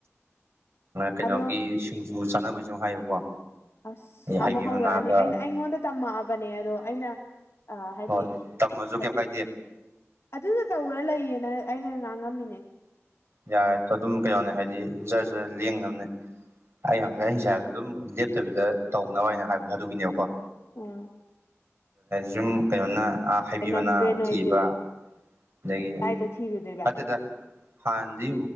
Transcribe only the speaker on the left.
ꯑꯗꯣ
ꯑꯁ ꯑꯃꯨꯛ
ꯍꯧꯔꯛꯑꯅꯤ
ꯑꯩꯅ ꯑꯩꯉꯣꯟꯗ ꯇꯝꯃꯛꯑꯕꯅꯦ ꯑꯗꯣ ꯑꯩꯅ ꯑ ꯍꯥꯏꯗꯤ
ꯑꯠ
ꯑꯗꯨꯗꯣ ꯇꯧꯔ ꯂꯩꯌꯦꯅ ꯑꯩꯅ ꯉꯥꯡꯉꯝꯃꯤꯅꯦ꯫
ꯑꯣ
ꯍꯦꯟꯃꯟꯈ꯭ꯔꯦ ꯅꯣꯏꯁꯨ
ꯀꯥꯏꯗ ꯊꯤꯔꯨꯗꯣꯏꯕ